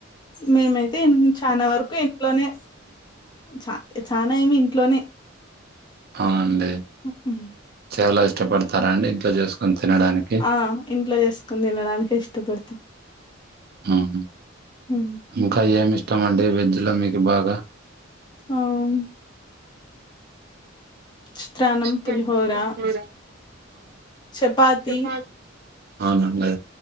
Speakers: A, on the left; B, on the right.
A: మేమైతే ఇన్ చాలా వరకు ఇంట్లోనే చ చానా ఏమి ఇంట్లోనే
B: అవునండి
A: ఉమ్
B: చాలా ఇష్టపడతారండి ఇంట్లో చేసుకొని తినండని
A: ఆ ఇంట్లో చేసుకుని తినడానికే ఇష్టపడతాం
B: ఉహూ
A: హు
B: ఇంకా ఏమి ఇష్టం అండి వెజ్ లో మీకు బాగా
A: అవును చిత్రాన్నం
B: చికెన్
A: పులిహోర
B: కూర
A: చపాతి
B: చపాత్ అవునండి